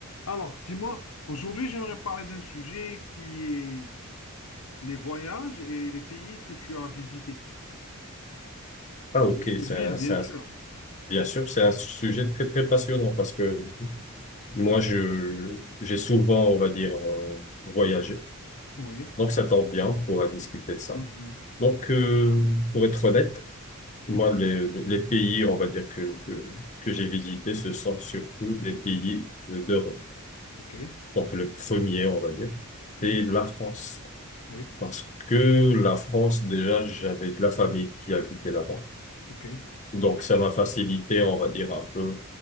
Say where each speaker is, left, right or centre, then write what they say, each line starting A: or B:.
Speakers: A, on the left; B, on the left.
A: Alors, dis-moi, aujourd'hui, j'aimerais parler d'un sujet qui est les voyages et les pays que tu as visités.
B: Ah, ok,
A: Et les
B: c'est
A: villes,
B: un- c'est
A: bien
B: un-
A: sûr.
B: bien sûr, c'est un sujet très, très passionnant parce que moi, je, j'ai souvent, on va dire, euh, voyagé.
A: Oui.
B: Donc, ça tombe bien pour euh, discuter de ça.
A: Mhm.
B: Donc, euh, pour être honnête, moi,
A: Oui.
B: les, les pays, on va dire, que, que, que j'ai visités, ce sont surtout des pays euh, d'Europe.
A: OK.
B: Donc, le premier, on va dire,
A: Mhm.
B: c'est la France.
A: Oui.
B: Parce que la France, déjà, j'avais de la famille qui habitait là-bas.
A: OK.
B: Donc, ça m'a facilité, on va dire, un peu